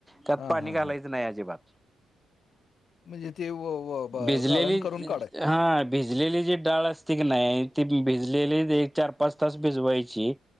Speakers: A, in the centre; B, on the left.
A: त्यात
B: हां,
A: पाणी
B: हां,
A: घालायचं
B: हां.
A: नाही, अजिबात.
B: म्हणजे ते व व ब
A: भिजलेली
B: गाळण करून काढायचं.
A: हा ह भिजलेली जी डाळ असते की नाही ती भिजलेली एक चार पाच तास भिजवायची,